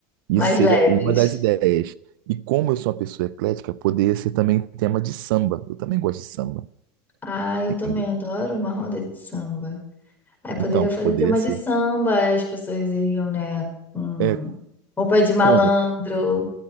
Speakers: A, on the right; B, on the left.
A: Isso
B: mais
A: seria
B: leves.
A: uma das ideias. E como eu sou uma pessoa eclética, poderia ser também tema de samba. Eu também gosto de samba,
B: Ah, eu
A: entendeu?
B: também adoro uma roda de samba. Aí poderia
A: Então, poderia
B: fazer tema
A: ser.
B: de samba, aí as pessoas iriam, né, com
A: É,
B: roupa de malandro,
A: como?